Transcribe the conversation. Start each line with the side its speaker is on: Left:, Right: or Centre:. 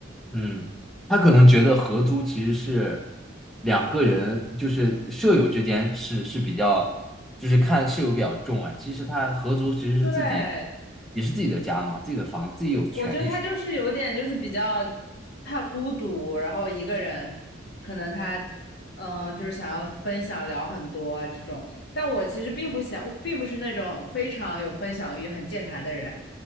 Centre: 嗯，他可能觉得合租其实是两个人，就是舍友之间是是比较，就是看舍友比较重啊。其实他合租其实是自己，
Left: 对，
Centre: 也是自己的家嘛，自己的房，自己有权利说。
Left: 我觉得他就是有点就是比较怕孤独，然后一个人，可能他嗯、呃就是想要分享聊很多啊这种。但我其实并不想，并不是那种非常有分享欲、很健谈的人。